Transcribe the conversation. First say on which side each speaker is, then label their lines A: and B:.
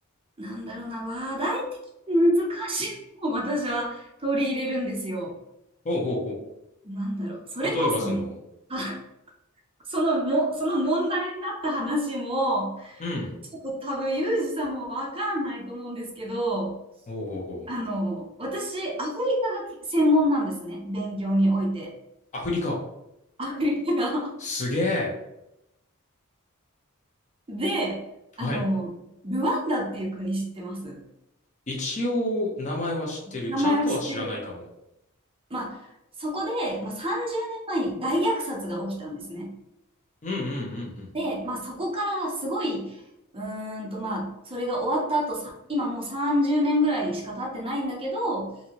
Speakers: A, on the right; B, on the left.
A: なんだろうな、話題的に難しいものを私は取り入れるんですよ。
B: ほうほうほう。
A: なんだろう。それこそね、
B: 例えばその、
A: あ、そのも、その問題になった話も、
B: うん。
A: ちょっと多分、ユージさんもわかんないと思うんですけど、
B: ほうほうほう。
A: あの、私、アフリカが専門なんですね。勉強において。
B: アフリカ。
A: アフリカが。
B: すげえ。
A: <laughs> で、あの、
B: はい。
A: ルワンダっていう国知ってます
B: 一応、名前は知ってる。
A: 名前は知ってる。
B: ちゃんとは知らないかも。
A: まあ、そこで、まあ、30年前に大虐殺が起きたんですね。
B: うんうんうんうん。
A: で、まあ、そこからすごい、うーんと、まあ、それが終わった後、さ今もう30年ぐらいしか経ってないんだけど、か